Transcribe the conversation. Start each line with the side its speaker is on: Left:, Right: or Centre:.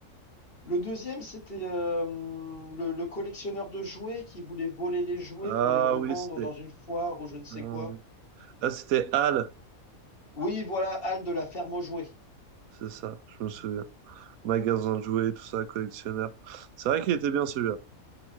Left: Le deuxième, c'était euh, le le collectionneur de jouets qui voulait voler les jouets
Right: Ah
Left: pour les revendre
Right: oui, c'était
Left: dans une foire ou je ne sais
Right: euh,
Left: quoi.
Right: ah c'était Hal,
Left: Oui, voilà, Hal de la ferme aux jouets.
Right: c'est ça, je me souviens. magasin de jouets, tout ça, collectionneur. C'est vrai qu'il était bien celui-là.